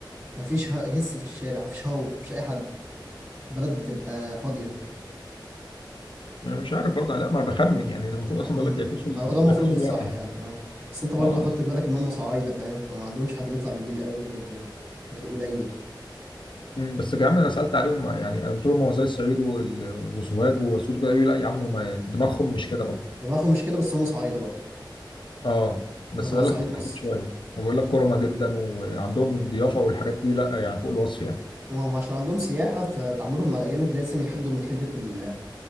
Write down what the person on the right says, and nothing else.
مفيش ه- هس في الشارع مفيش هو مفيش اي حد بلد بتبقى فاضية
امم
هو ده المفروض
الصح
يعني اه بس انت برضه
حط في بالك ان هم صعايدة فاهم فما عندهمش حد بيطلع بالليل قوي غير غير قليل
دماغهم مش كده بس هم صعايدة برضه
هم تبع
صعيد
مصر
وهم عشان عندهم سياحة فتعاملهم مع الأجانب لازم يحدوا من حدة ال